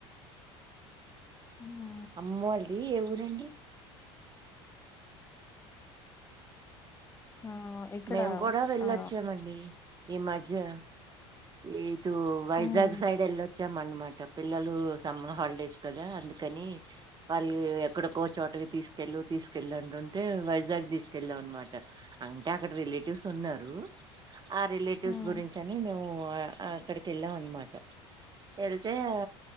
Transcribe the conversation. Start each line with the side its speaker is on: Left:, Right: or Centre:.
Left: వున్న
Right: అమ్మోళ్ ది ఏ ఊరండి
Left: ఆ ఇక్కడ
Right: మేము కూడా వెళ్ళొచ్చామండి
Left: ఆ
Right: ఈ మజ్య ఇటూ వైజాగ్
Left: ఉమ్
Right: సైడ్ ఎల్లొచ్చమ మాట పిల్లలు సమ్మర్ హాలిడేస్ కదా అందుకని వాళ్ళు ఎక్కడకో చోటకి తీసుకు కెళ్ళు తీసుకెళ్ళు అంటుంటే వైజాగ్ తీసుకెళ్ళాం అనమాట అంట్ అంటే అక్కడ రిలేటివ్స్ ఉన్నారు ఆ రిలేటివ్స్
Left: ఉమ్
Right: గురించి అని మేము పోయా ఆ అక్కడికెళ్ళాం అనమాట ఎళ్తే ఆ